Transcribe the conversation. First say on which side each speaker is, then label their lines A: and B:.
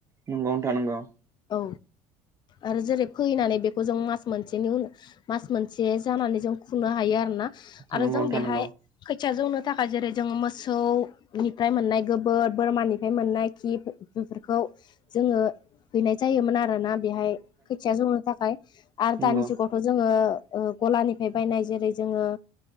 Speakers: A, on the right; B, on the left.
A: नंगौ नोंथां नंगौ
B: औ आरो जेरै फैनानै बेखौ जों मास मोनसेनि उनाव मास मोनसे जानानै जों खुनो हायो आरोना आरो
A: नंगौ
B: जों
A: नोंथां
B: बेहाय
A: नंगौ
B: खोथिया जौनो थाखाय जेरै जोङो मोसौनिफ्राय मोननाय गोब बोर बोरमानिफ्राय मोननाय खि बेफोरखौ जोङो हैनाय जायोमोन आरो ना बेहाय खोथिया जौनो थाखाय आरो
A: नंगौ
B: दानि जुगाव खौ जोङो गलानिफ्राय बायनाय जेरै जोङो